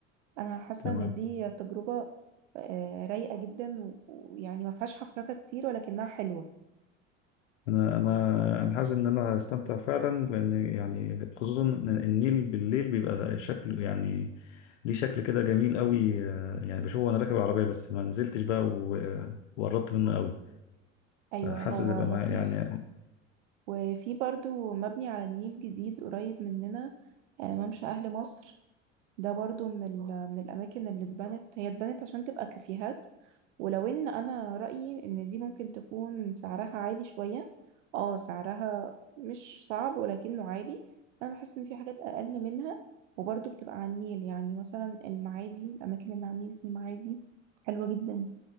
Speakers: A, on the right; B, on the left.
A: أنا حاسة
B: تمام
A: إن دي تجربة آه، رايقة جدا و- ويعني ما فيهاش حفركة كتير ولكنها حلوة
B: انا انا انا حاسس ان انا هستمتع فعلا لان يعني خصوصا إن النيل بالليل بيبقى شكله يعني ليه شكل كده جميل قوي آه، يعني بشوفه وانا راكب العربيه بس ما نزلتش بقى و- وقربت منه قوي
A: أيوة
B: حاسس
A: هو
B: يبقى
A: لطيف
B: ما يعني
A: وفي برضو مبني على النيل جديد قريب مننا آه، ممشى أهل مصر ده برضو من ال- من الأماكن اللي اتبنت هي اتبنت عشان تبقى كافيهات ولو ان انا رأيي ان دي ممكن تكون سعرها عالي شوية اه سعرها مش صعب ولكنه عالي انا بحس ان في حاجات اقل منها وبرضه بتبقى على النيل يعني مثلا المعادي الاماكن اللي على النيل في المعادي حلوة جدا